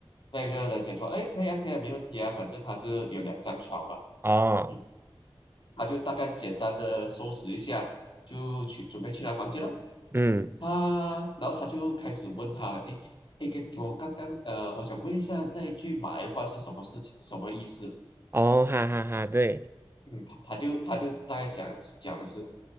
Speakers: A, on the left; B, on the right.
A: 那个人讲说，哎，可以啊，可以啊，没问题啊，反正他是有两张床嘛，
B: 哦
A: 嗯，他就大概简单的收拾一下，就去准备去他房间了。
B: 嗯
A: 他，然后他就开始问他了，哎，哎，给我刚刚呃，我想问一下那一句埋话是什么事情，什么意思？
B: 哦，哈哈哈，对，
A: 嗯，他就他就大概讲讲的是